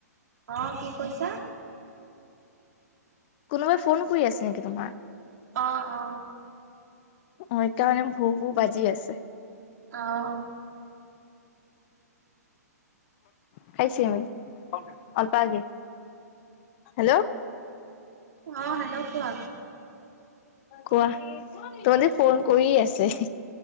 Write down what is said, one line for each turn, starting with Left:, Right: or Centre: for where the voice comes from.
Right: অ কি কৈছা
Left: কোনোবাই ফোন কৰি আছে নেকি তোমাৰ
Right: অ অ
Left: অ সেইকাৰণে ভু ভু বাজি আছে
Right: আহ
Left: খাইছমি অলপে হেল্ল'
Right: অ হেল্ল' কোৱা
Left: কোৱা তোমাল ফোন কৰি আছে